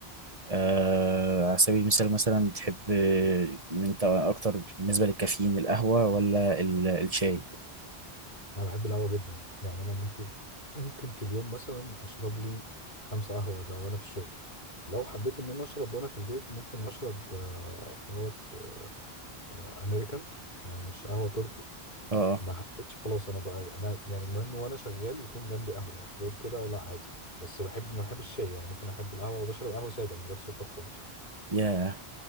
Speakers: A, on the right (about 35°); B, on the left (about 45°).
A: آه على سبيل المثال مثلا تحب انت اكتر بالنسبه للكافيين القهوه ولا ال- الشاي
B: انا بحب القهوه جدا يعني انا ممكن ممكن في اليوم مثلا اشرب لي خمسة قهوه ده وانا في الشغل لو حبيت ان انا اشرب وانا في البيت ممكن اشرب آه، بتاع دوت، آه، آه، امريكان يعني مش قهوة تركي
A: اه آه.
B: ما حبيتش خلاص انا بقى انا يعني المهم وانا شغال يكون جنبي قهوة غير كده لا عادي بس بحب ما بحبش الشاي يعني ممكن احب القهوة وبشرب قهوة سادة من غير سكر خالص
A: ياه